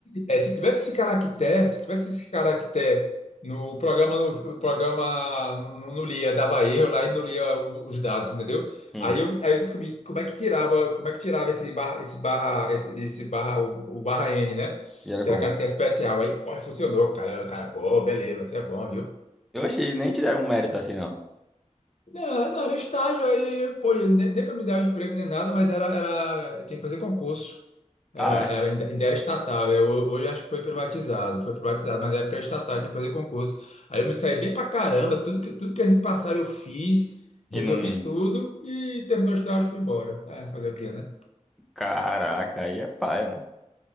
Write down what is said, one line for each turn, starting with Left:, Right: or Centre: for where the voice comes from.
Left: É, se tivesse esse caractere, se tivesse esse caractere no programa, no, o programa não, não não lia, dava erro lá e não lia o- os dados, entendeu?
Centre: hum.
Left: Aí eu, aí eu descobri como é que tirava, como é que tirava esse barra, esse barra, esse, esse barra, o, o barra N, né?
Centre: E era
Left: Que
Centre: como?
Left: era caractere especial. Aí, pô, funcionou, cara. Eu, cara, pô, beleza, você é bom, viu?
Centre: Oxi, nem te deram um mérito assim, não.
Left: Não, não, era estágio aí, pô, nem, nem para me dar um emprego nem nada, mas era, era, tinha que fazer concurso. Era,
Centre: Ah, é?
Left: era, ainda ainda era estatal, eu, hoje acho que foi privatizado, foi privatizado, mas na época era estatal, tinha que fazer concurso. Aí eu me saí bem pra caramba, tudo que, tudo que a gente passaram eu fiz, resolvi
Centre: E num
Left: tudo e terminou o estágio e fui embora. É, fazer o quê, né?
Centre: Caraca, aí é paia, né?